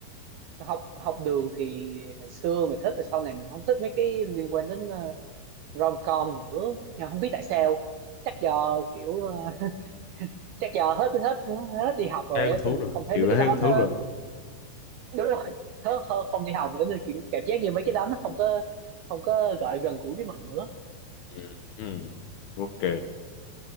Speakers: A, on the right; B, on the left.
A: học học đường thì ngày xưa mình thích rồi sau này mình không thích mấy cái liên quan đến ờ, rom com nữa nhưng không biết tại sao chắc do kiểu <laughs> chắc do hết hết hết đi học rồi
B: Thấy hứng
A: á
B: thú
A: nên
B: rồi
A: không thấy
B: kiểu
A: mấy
B: thấy
A: cái đó
B: hứng thú
A: nó
B: rồi
A: <laughs> đúng rồi hết không, không đi học nữa nên kiểu cảm giác như mấy cái đó nó không có không có gọi gần gũi với mình nữa
B: Ừ. ừ. Ok.